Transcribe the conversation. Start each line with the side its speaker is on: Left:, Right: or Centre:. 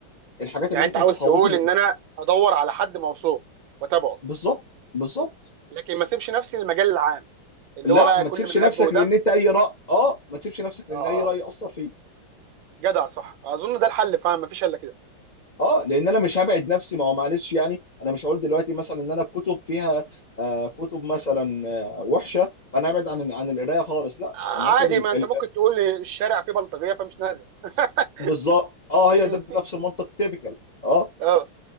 Left: الحاجات
Right: يعني
Left: اللي ممكن
Right: انت عاوز
Left: تحوطني
Right: تقول ان انا ادور على حد موثوق واتابعه
Left: بالظبط بالظبط
Right: لكن ما اسيبش نفسي للمجال العام اللي
Left: لا
Right: هو بقى
Left: ما
Right: كل
Left: تسيبش
Right: من
Left: نفسك
Right: هب ودب
Left: لان انت اي راي اه ما تسيبش نفسك لان
Right: اه
Left: اي
Right: اه
Left: راي ياثر فيك
Right: جدع صح اظن ده الحل فعلا ما فيش الا كده
Left: اه لان انا مش هبعد نفسي ما هو معلش يعني انا مش هقول دلوقتي مثلا ان انا الكتب فيها آه كتب مثلا آه وحشه فانا ابعد عن عن القرايه خالص لا
Right: عادي
Left: انا هاخد ال...
Right: ما انت
Left: ال...
Right: ممكن تقول لي الشارع فيه بلطجيه فمش نادر <laughs>
Left: بالظبط اه
Right: فاهمني
Left: هي ده نفس المنطق تيبيكال اه
Right: اه